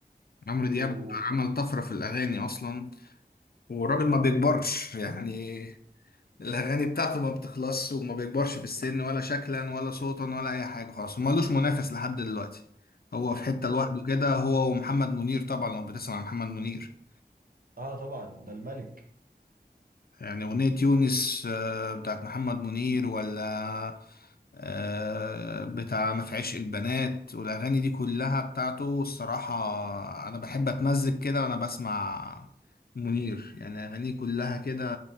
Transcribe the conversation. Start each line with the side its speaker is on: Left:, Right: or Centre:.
Left: عمرو دياب
Right: و
Left: عمل طفرة في الأغاني أصلا والراجل ما بيكبرش يعني الاغاني بتاعته ما بتخلصش وما بيكبرش في السن ولا شكلا ولا صوتا ولا اي حاجه خالص ومالوش منافس لحد دلوقتي هو في حته
Right: و-
Left: لوحده كده هو ومحمد منير طبعا لو بتسمع عن محمد منير
Right: اه طبعا ده الملك
Left: يعني اغنيه يونس آه، بتاعت محمد منير ولا آه، بتاع ما في عشق البنات والاغاني دي كلها بتاعته الصراحه انا بحب اتمزج كده وانا بسمع منير يعني اغانيه كلها كده